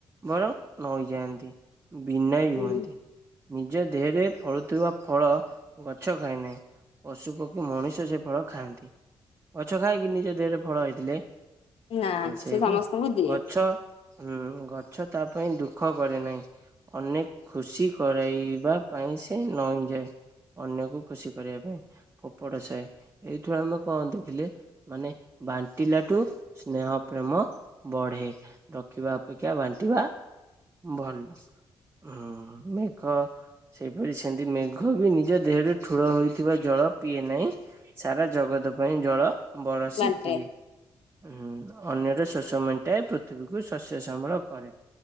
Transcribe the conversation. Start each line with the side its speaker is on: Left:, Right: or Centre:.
Right: ବରଂ ନଇଁ ଯାଆନ୍ତି ବିନୟ
Left: ହୁଁ
Right: ହୁଅନ୍ତି। ନିଜ ଦେହରେ ଫଳୁଥିବା ଫଳ ଗଛ ଖାଏ ନାହିଁ। ପଶୁ ପକ୍ଷୀ ମଣିଷ ସେ ଫଳ ଖାଆନ୍ତି। ଗଛ ଖାଏକି ନିଜ ଦେହରେ ଫଳ ହେଇଥିଲେ,
Left: ନା
Right: ସେଇପରି
Left: ସେ ସମସ୍ତଙ୍କୁ ଦିଏ।
Right: ଗଛ ହୁଁ ଗଛ ତା ପାଇଁ ଦୁଃଖ କରେ ନାହିଁ। ଅନେକ ଖୁସି କରାଇବା ପାଇଁ ସେ ନଇଁଯାଏ। ଅନ୍ୟକୁ ଖୁସି କରିବା ପାଇଁ ଫୋପଡ଼ ସହେ, ଏଇଥିରୁ ଆମେ କହନ୍ତି ଥିଲେ ମାନେ ବାଣ୍ଟିଲାଠୁ ସ୍ନେହ ପ୍ରେମ ବଢେ ରଖିବା ଅପେକ୍ଷା ବାଣ୍ଟିବା ଭଲ ଉଁ ମେଘ ସେହିପରି ସେମିତି ମେଘ ବି ନିଜ ଦେହରେ ଠୁଳ ହୋଇଥିବା ଜଳ ପିଏ ନାହିଁ। ସାରା ଜଗତ ପାଇଁ ଜଳ ବରସି
Left: ବାଣ୍ଟେ
Right: ଦିଏ। ଉଁ ଅନ୍ୟର ଶୋସ ମେଣ୍ଟାଏ ପୃଥିବୀକୁ ଶସ୍ୟ ଶ୍ୟାମଳ କରେ।